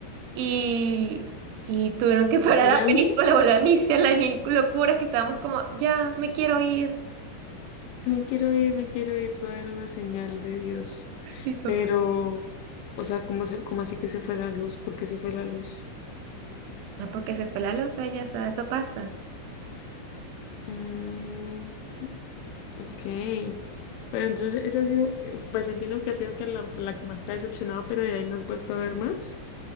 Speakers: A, on the right (about 80°); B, on the left (about 80°).
A: y, y tuvieron que <laughs> parar
B: ¿Se fue
A: la
B: la
A: película,
B: luz?
A: volver a iniciar las mil locuras que estábamos como, ya, me quiero ir.
B: Me quiero ir, me quiero ir, todo era una señal de Dios.
A: Sí, total.
B: Pero, o sea, ¿cómo, se- cómo así que se fue la luz? ¿Por qué se fue la luz?
A: Ah, porque se fue la luz, ella, o sea, eso pasa.
B: Mm, Ok, pero entonces esa ha sido, eh, pues entiendo que ha sido que la, la que más te ha decepcionado, pero de ahí no has vuelto a ver más.